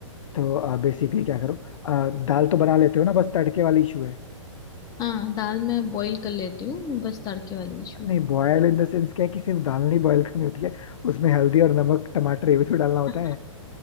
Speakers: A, on the left; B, on the left.
A: तो बेसिकली क्या करो अ, दाल तो बना लेते हो ना बस तड़के वाली इशू है
B: हाँ दाल मैं बॉईल कर लेती हूँ बस तड़के वाली इशू
A: नहीं बॉयल इन द सेंस क्या है कि सिर्फ दाल नहीं बॉयल करनी होती है उसमें हल्दी और नमक टमाटर ये भी तो डालना होता
B: है
A: है